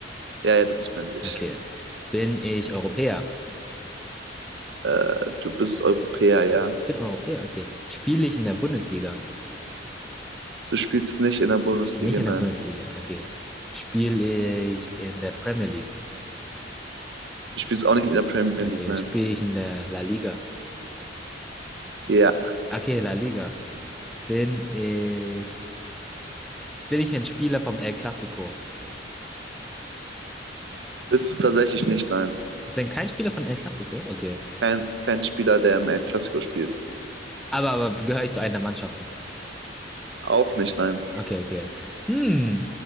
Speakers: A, on the right; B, in the centre.
A: Ja, ja, du bist männlich.
B: Okay. Bin ich Europäer?
A: Äh, du bist Europäer, ja.
B: Ich bin Europäer, okay. Spiele ich in der Bundesliga?
A: Du spielst nicht in der Bundesliga,
B: Nicht in
A: nein.
B: der Bundesliga, okay. Spiele ich in der Premier League?
A: Du spielst auch nicht in der Premier
B: Okay.
A: League, nein.
B: Spiele ich in der La Liga?
A: Ja.
B: Okay, La Liga. Bin ich. Bin ich ein Spieler vom El Clasico?
A: Bist du tatsächlich nicht, nein.
B: Ich bin kein Spieler von El Clasico? Okay.
A: Kein, kein Spieler, der im El Clasico spielt.
B: Aber, aber gehöre ich zu einer der Mannschaften?
A: Auch nicht, nein.
B: Okay, okay. Hm.